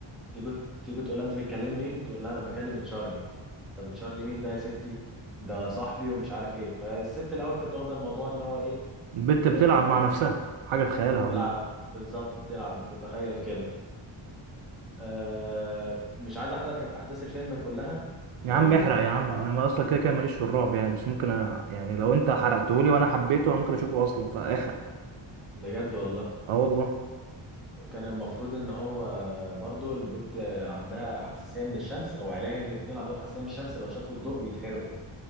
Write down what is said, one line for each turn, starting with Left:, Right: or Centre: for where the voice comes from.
Centre: تيجي تيجي تقول لها أنت بتكلم مين؟ تقول لها أنا بكلم تشارلي طب تشارلي مين ده يا ستي؟ ده صاحبي ومش عارف إيه فالست الأول كانت واخدة الموضوع إن هو إيه
Right: البت
Centre: آه
Right: بتلعب مع نفسها حاجة في خيالها
Centre: بتلعب
Right: ولا إيه؟
Centre: بالظبط بتلعب بتتخيل كده آه مش عايز أحرق أحداث الفيلم كلها
Right: يا
Centre: أو
Right: عم احرق يا
Centre: أو-
Right: عم انا ما اصلا كده كده ماليش في الرعب يعني بس ممكن أ... يعني لو انت حرقتهولي وانا حبيته انا ممكن اشوفه اصلا فاحرق
Centre: بجد والله
Right: اه والله
Centre: كان المفروض ان هو برضو البت عندها حساسيه من الشمس او عيليها الاتنين عندهم حساسيه من الشمس لو شافوا الضوء بيتحرقوا